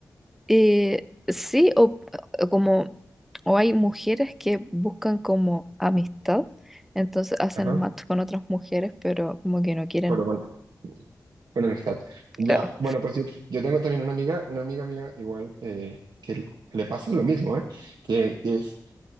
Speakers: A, in the centre; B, on the right.
A: Eh, sí, o, o como, o hay mujeres que buscan como amistad, entonces hacen
B: Ajá.
A: match con otras mujeres, pero como que no quieren,
B: Pero bueno, con amistad. Ya,
A: claro,
B: bueno, pues yo, yo tengo también una amiga, una amiga mía igual, eh, que le le pasa lo mismo, ¿eh? Que, que es,